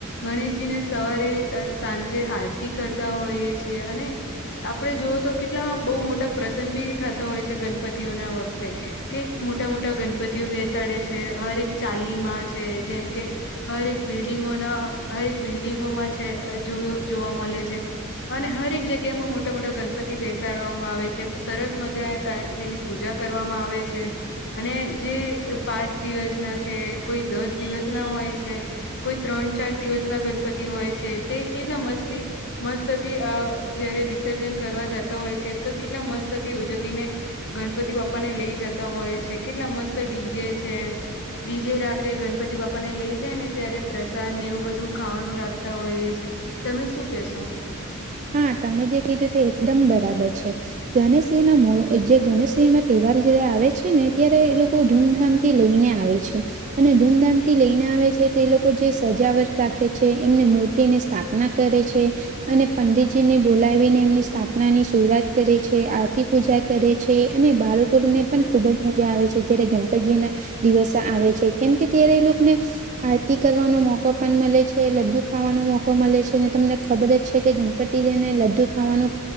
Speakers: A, on the left; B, on the right.
A: ગણેશજીને સવારે સાંજે આરતી કરતા હોઈએ છેએ અને આપણે જોવ તો કેટલા બહુ મોટા પ્રસંગ બી થતા હોય છે ગણપતિઓ ના વખતે કે મોટા મોટા ગણપતિઓ બેસાડે છે હર એક ચાલીમાં છે જેમ કે હરેક બિલ્ડિંગોના હરેક બિલ્ડિંગોમાં છે જો જોવા મળે છે. અને હર એક જગ્યા માં મોટા મોટા ગણપતિ બેસે ચવામાં આવે છે સરસ મજા ત તેની પૂજા કરવામાં આવે છે. અને જે પાંચ દિવસ ના છે કોઈ દસ દિવસ ના હોય છે. કોઈ ત્રણ ચાર દિવસ ના ગણપતિ હોય છે તે કેટલા મસ્તી મસ્તથી આ જયારે વિસર્જન કરવા જતા હોય છે તો કેટલા મસ્ત થી ઉજવીને ગણપતિ બાપા ને લઈ જતા હોય છે કેટલા મસ્ત ડીજે છે. બડીજે રાખે ગણપતિ બાપા ને લઇ જાય ને ત્યારે પ્રસાદ ને એવું બધું ખાવાનું રાખતા હોઈએ છે. તમે શું કેશો?
B: હા તમે જે કીધું તે એકદમ બરાબર છે. ગણેશ ના મો જે ગણેશ ના તહેવાર જયારે આવે છે ને ત્યારે એ લોકો ધૂમધામ થી લઈને આવે છે. અને ધૂમધામ થી લઈને આવે છે તે લોકો જે સજાવટ રાખે છે એમને તેની સ્થાપના કરે છે. અને પંડિતજીને બોલાવીને એમની સ્થાપના ની શરૂઆત કરે છે આરતી, પૂજા, કરે છે અને બાળકોને પણ ખુબ જ મજા આવે છે. જયારે ગણપતિને દિવસ આવે છે કેમ કે ત્યારે એ લોકોને આરતી કરવાનો મોકો પણ મળે છે લડ્ડુ ખાવાનો મોકો મળે છે ને તમને ખબર જ છે કે ગણપતિ જેને લડું ખાવાનું